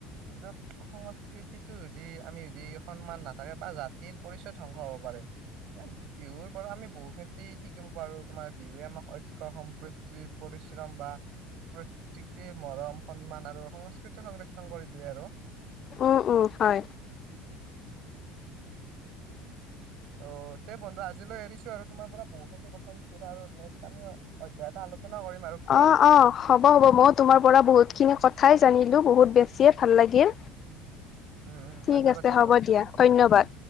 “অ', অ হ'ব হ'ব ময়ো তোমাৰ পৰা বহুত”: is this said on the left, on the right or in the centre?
Left